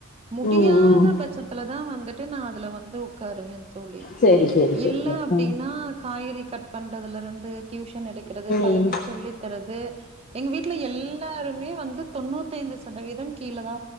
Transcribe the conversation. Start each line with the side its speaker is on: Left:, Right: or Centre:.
Right: முடியாத
Left: ம் ம்
Right: பட்சத்துலதா வந்துட்டு நா அதுல வந்து உக்காருவே தோழி
Left: சேரி சேரி சேரிங்க
Right: இல்ல அப்டின்னா
Left: ம்
Right: காய்கறி கட் பண்றதுல இருந்து டியூஷன் எடுக்கறது பையனுக்கு
Left: ம்
Right: சொல்லி தரது எங்க வீட்ல எல்லாருமே வந்து தொண்ணூத்தி ஐந்து சதவீதம் கீழ தா